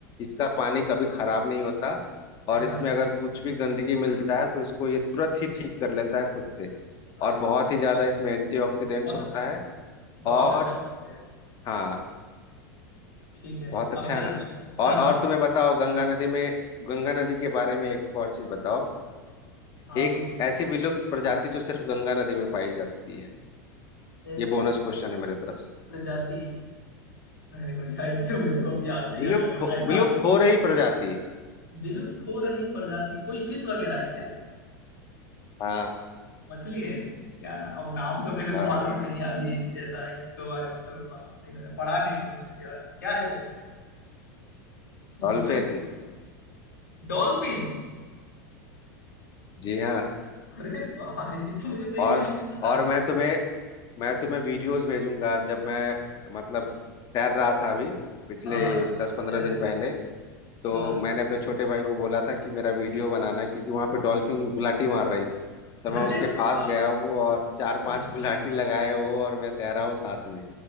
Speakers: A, on the left; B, on the left.
A: इसका पानी कभी खराब नहीं होता
B: ऐसा
A: और इसमें
B: है क्या
A: अगर कुछ भी गंदगी मिलता है तो इसको ये तुरंत ही ठीक कर लेता है खुद से
B: अरे
A: और
B: वाह
A: बहुत ही ज्यादा
B: बहुत
A: इसमें एंटीऑक्सीडेंट्स
B: बहुत
A: होता
B: अच्छा फैक्ट
A: है
B: है बहुत
A: और
B: अच्छा फैक्ट है
A: हाँ
B: ठीक है
A: बहुत
B: अब
A: अच्छा
B: मेरा
A: है ना
B: नंबर
A: और
B: हाँ
A: और तुम्हें बताओ गंगा नदी में गंगा नदी के बारे में एक और चीज बताओ
B: हाँ
A: एक
B: पूछिए
A: ऐसी विलुप्त प्रजाति जो सिर्फ गंगा नदी में पाई जाती है
B: ऐसी
A: ये बोनस क्वेश्चन है मेरे तरफ से
B: प्रजाति अरे भैया ये तो मेरे को भी याद नहीं
A: विलुप्त
B: आ रहा है बताइए
A: हो, विलुप्त
B: आप <laughs>
A: हो रही प्रजाति
B: विलुप्त हो रही प्रजाति कोई फिश वगैरह है क्या
A: हाँ
B: मछली है क्या ना अब नाम तो मेरे
A: हाँ
B: को मालूम नहीं है अभी ऐसा इसके बारे में तो अभी मालूम नहीं मैंने पढ़ा नहीं है इसके बारे में क्या है वैसे
A: डॉल्फिन
B: इसमें डॉल्फिन
A: जी हाँ
B: अरे वाह ये तो मुझे सही
A: और
B: में नहीं पता
A: और
B: था
A: मैं तुम्हें मैं तुम्हें वीडियोस भेजूंगा जब मैं मतलब तैर रहा था अभी पिछले
B: हाँ हाँ
A: दस
B: आप
A: पंद्रह
B: तैर
A: दिन
B: रहे
A: पहले तो
B: थे। हाँ
A: मैंने अपने छोटे भाई को बोला था कि मेरा वीडियो बनाना क्योंकि वहां पे डॉल्फिन गुलाटी मार रही थी तो
B: अरे
A: मैं उसके
B: वाह
A: पास गया हूँ और चार
B: ये
A: पांच
B: तो बहुत
A: गुलाटी
B: अच्छा है
A: लगाए हूँ और मैं तैरा हूँ साथ में